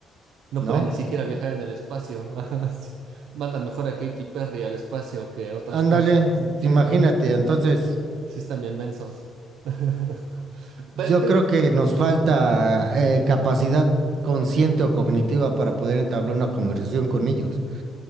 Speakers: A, on the right; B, on the right.
A: no
B: ¿No?
A: pueden ni siquiera viajar en el espacio. <laughs> Ajá, sí. Mandan mejor a Katy Perry al espacio que otras
B: Ándale,
A: cosas, sí,
B: imagínate.
A: no,
B: Entonces,
A: sí están bien mensos. <laughs>
B: yo
A: Pero creo-
B: creo que nos falta eh, capacidad consciente o cognitiva para poder entablar una conversación con ellos.